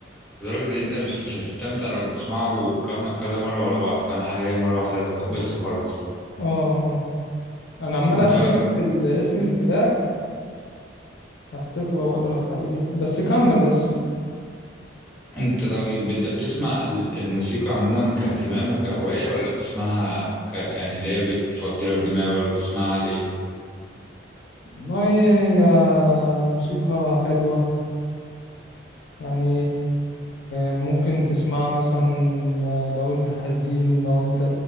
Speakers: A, in the centre; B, on the left.
A: لدرجه ان انت مش مش هتستمتع لو بتسمعه كم كذا مره ورا بعض فاهم حاجه هي مره واحده بس وخلاص
B: اه آه. انا عمال
A: انت
B: افتكر في الاسم التراك افتكر واقول لك عليه بس كمل بس
A: انت طيب انت بتسمع ال- الموسيقى عموما كاهتمام وكهوايه ولا بتسمعها ك... يعني اللي هي بتفضي لك دماغ ولا بتسمعها ليه
B: والله هي الموسيقى حلوة يعني ممكن تسمعها مثلا لو انت حزين لو انت